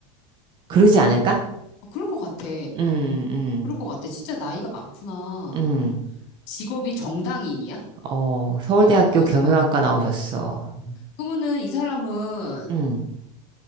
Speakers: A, on the right; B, on the left.
A: 그러지 않을까?
B: 어, 그럴 것 같아.
A: 음, 음,
B: 그럴 것 같아. 진짜 나이가 많구나.
A: 음.
B: 직업이 정당인이야?
A: 어, 서울대학교
B: 어? 가만 있어봐.
A: 경영학과 나오셨어.
B: 그러면은 이 사람은
A: 음.